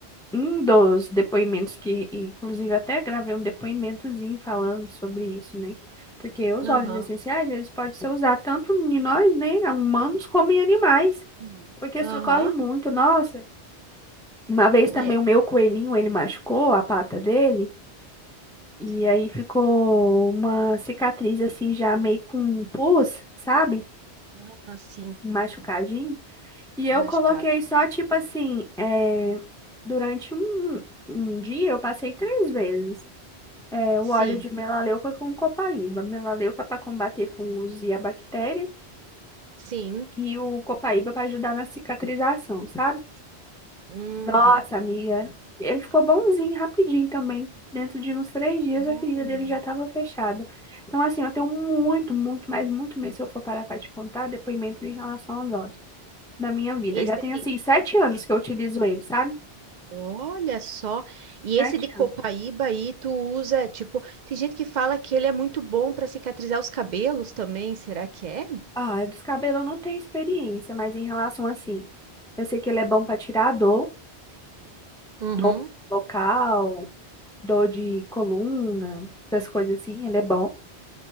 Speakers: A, in the centre; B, on the right (about 55°).
A: um dos depoimentos que, inclusive, até gravei um depoimentozinho falando sobre isso, né? Porque os
B: aham,
A: óleos essenciais, eles podem ser usados tanto em nós, né, humanos, como em animais,
B: hum,
A: porque
B: aham,
A: socorre muito. Nossa, uma vez também
B: é,
A: o meu coelhinho, ele machucou a pata dele, e aí ficou uma cicatriz, assim, já meio com um pus, sabe?
B: aham, assim,
A: Machucadinho. E eu
B: machucado.
A: coloquei só, tipo assim, é, durante um, um dia, eu passei três vezes. É, o
B: Sim,
A: óleo de melaleuca com copaíba. Melaleuca para combater fungos e a bactéria.
B: sim,
A: E o copaíba para ajudar na cicatrização, sabe?
B: uhum.
A: Nossa, amiga. Ele ficou bonzinho, rapidinho também. Dentro de uns três dias,
B: Olha.
A: a ferida dele já estava fechada. Então, assim, eu tenho muito, muito, mas muito mesmo, se eu for parar para te contar, depoimentos em relação aos óleos na minha vida.
B: Esse
A: Eu já tenho,
B: de...
A: assim, sete anos que eu utilizo ele, sabe?
B: Olha só, e esse
A: Sete
B: de Copaíba
A: anos.
B: aí tu usa, tipo, tem gente que fala que ele é muito bom para cicatrizar os cabelos também, será que é?
A: Ah, dos cabelos eu não tenho experiência, mas em relação, assim, eu sei que ele é bom para tirar a dor.
B: Uhum.
A: dor local, dor de coluna, essas coisas assim, ele é bom.